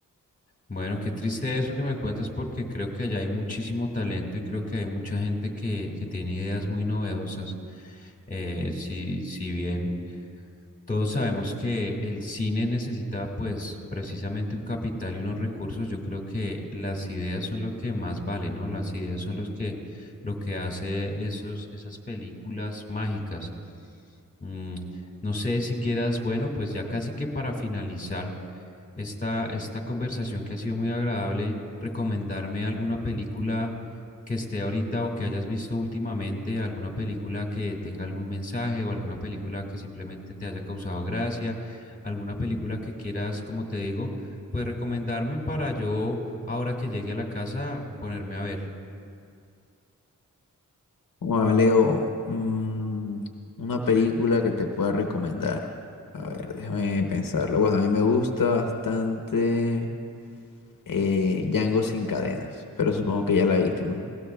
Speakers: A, on the left (about 25°); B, on the left (about 75°).
A: Bueno, qué triste eso que me cuentas porque creo que allá hay muchísimo talento y creo que hay mucha gente que, que tiene ideas muy novedosas. Eh, si, si bien todos sabemos que el cine necesita pues precisamente un capital y unos recursos. Yo creo que las ideas son lo que más vale, ¿no? Las ideas son los que lo que hace esos esas películas mágicas. Mm, no sé si quieras, bueno, pues ya casi que para finalizar esta esta conversación que ha sido muy agradable, recomendarme alguna película que esté ahorita o que hayas visto últimamente alguna película que tenga algún mensaje o alguna película que simplemente te haya causado gracia, alguna película que quieras, como te digo, pues recomendarme para yo, ahora que llegue a la casa, ponerme a ver.
B: Hola, Leo, mm, una película que te pueda recomendar. A ver, déjame pensarla. Bueno, a mí me gusta bastante eh, Django sin cadenas, pero supongo que ya la viste, ¿no?